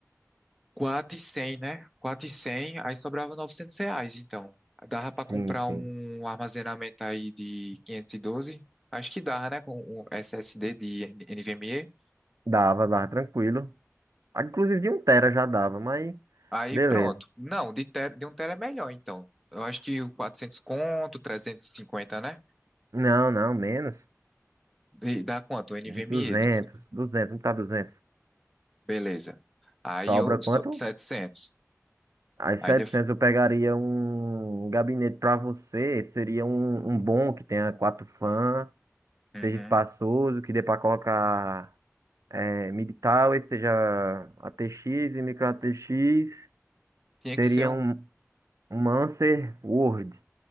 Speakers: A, in the centre; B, on the right.
A: quatrocentos e cem, né? quatrocentos e cem. aí sobrava 900 reais, então. Dava pra
B: Sim,
A: comprar
B: sim.
A: um armazenamento aí de 512? Acho que dava, né? Com um SSD de NVMe.
B: Dava, dava tranquilo. Ah, Inclusive de um tera já dava, mas
A: Aí
B: beleza.
A: pronto. Não, de, tera- de um tera é melhor, então. Eu acho que o 400 conto, 350, né?
B: Não, não, menos.
A: De- dá quanto? O NVMe
B: Uns 200,
A: tem que ser.
B: 200, não tá 200.
A: Beleza. Aí
B: Sobra
A: eu...
B: quanto?
A: só- 700.
B: As
A: Ainda...
B: 700
A: f-
B: eu pegaria um gabinete para você, seria um, um bom que tenha quatro fãs, seja
A: Uhum.
B: espaçoso, que dê para colocar é, MIDI towers, seja ATX e micro ATX,
A: Tinha
B: seria
A: que ser um...
B: um, um Mancer Word.